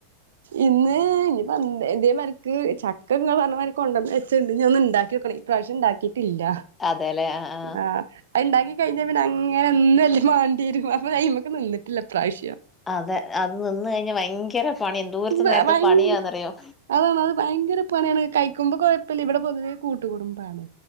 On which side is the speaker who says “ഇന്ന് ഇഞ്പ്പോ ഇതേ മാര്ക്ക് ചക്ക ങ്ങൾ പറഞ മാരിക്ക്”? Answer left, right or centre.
Right